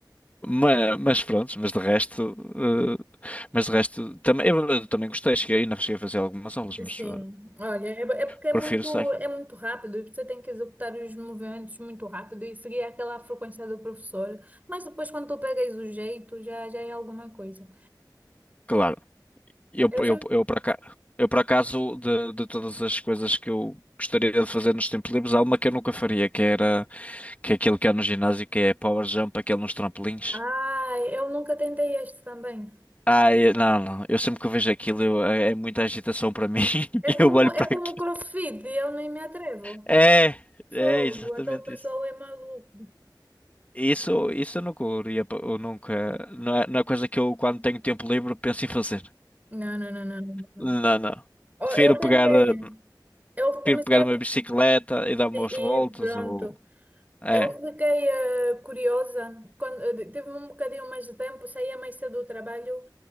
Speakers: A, on the left; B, on the right.
A: mas, mas pronto, mas de resto, eh, mas de resto, também, eu, eu também gostei, cheguei, ainda cheguei a fazer algumas aulas, mas
B: Sim,
A: eh,
B: olha, é é porque é
A: prefiro
B: muito,
A: cycling.
B: é muito rápido e você tem que executar os movimentos muito rápido e seguir aquela frequência do professor. Mas depois, quando tu pegas o jeito, já, já é alguma coisa.
A: Claro, eu,
B: Eu
A: eu,
B: já...
A: eu, por acaso, eu por acaso de, de todas as coisas que eu gostaria de fazer nos tempos livres, há uma que eu nunca faria, que era que é aquilo que há no ginásio, que é power jump, aquele nos trampolins.
B: Ai, eu nunca tentei este também.
A: Ah, eu- não, não, eu sempre que eu vejo aquilo eu- é, é muita agitação para mim, <laughs>
B: É como,
A: eu olho
B: é
A: para
B: como
A: aquilo.
B: o CrossFit, eu nem me atrevo.
A: É,
B: Fogo,
A: é exatamente
B: aquele pessoal
A: isso.
B: é maluco.
A: Isso, isso eu nunca, iria pa- eu nunca, não é, não é coisa que eu quando tenho tempo livre penso em fazer.
B: Não, não, não, não. não.
A: Não, não.
B: Oh,
A: Prefiro
B: eu tentei,
A: pegar. eh,
B: eu comecei
A: prefiro pegar
B: a
A: uma bicicleta e dar umas
B: e
A: voltas
B: pronto.
A: ou. É.
B: Eu fiquei eh, curiosa. Quando, eh, tive um bocadinho mais de tempo, saía mais cedo do trabalho